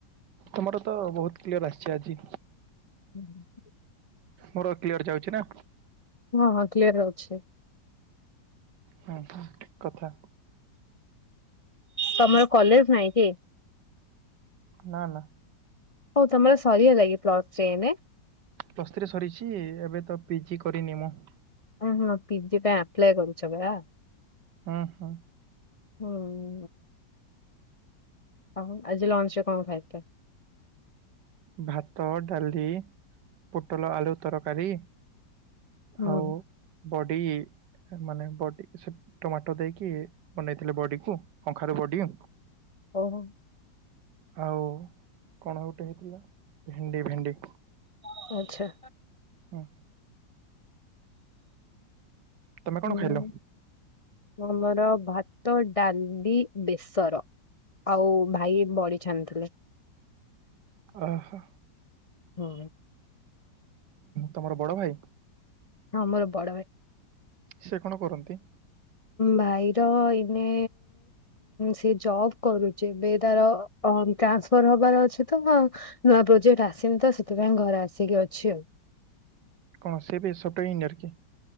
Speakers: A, on the right (about 70°); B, on the left (about 40°).
A: ତମର ତ ବହୁତ କ୍ଲିୟର ଆସିଛି ଆଜି।
B: ହୁଁ <inaudible>
A: ମୋର କ୍ଲିୟର ଯାଉଛି ନା।
B: ହଁ ହଁ କ୍ଲିୟର ଆଉଛି।
A: ହଁ ଠିକ୍ କଥା।
B: ତମର କଲେଜ ନାଇଁ କି?
A: ନା ନା।
B: ହଉ ତମର ସରି ହେଲା କି ପ୍ଲ ଟ ଚେନ୍।
A: ପ୍ଲସ ଥ୍ରି ସରିଛି ଏବେ ତ ପିଜି କରିନି ମୁଁ।
B: ଉ ହଁ ପିଜି ଟା ଆପ୍ଲାଏ କରୁଛ ପରା।
A: ଉଁ ହୂ।
B: <inaudible> ହଉ ଆଜି ଲଞ୍ଚରେ କଣ ଖାଇଥଲ?
A: ଭାତ ଡାଲି ପୋଟଲ ଆଳୁ ତରକାରୀ।
B: ହୁଁ
A: ଆଉ ବଡି ମାନେ ବଡି ସେ ଟମାଟୋ ଦେଇକି। ବନେଇଥିଲେ ବଡିକୁ କଖାରୁ ବଡି
B: ଓହୋ।
A: ଆଉ କଣ ଗୋଟେ ହେଇଥିଲା? ଭେଣ୍ଡି ଭେଣ୍ଡି।
B: ଓ ଆଛା।
A: ହୁଁ ତମେ କଣ
B: ହଁ
A: ଖାଇଲ?
B: ଆମର ଭାତ ଡାଲି ବେସର। ଆଉ ଭାଇ ବଢି ଛାଣିଥିଲେ।
A: ଓ ହ।
B: ହୁଁ।
A: ତମର ବଡ ଭାଇ?
B: ହଁ ମୋର ବଡ ଭାଇ।
A: ସେ କଣ କରନ୍ତି?
B: ଭାଇର ଏଇନେ ସେ ଜବ କରୁଛି ଏବେ ତାର ଅ ଟ୍ରାନ୍ସଫର୍ ହବାର ଅଛି ତ ମୁଁ ଆଉ ନୂଆ ପ୍ରୋଜେକ୍ଟ ଆସିନି ତ ସେଥିପାଇଁ ଘରେ ଆସିକି ଅଛି ଆଉ
A: କଣ ସେ ବି ସଫ୍ଟୱେୟାର ଇଞ୍ଜିନିୟର କି?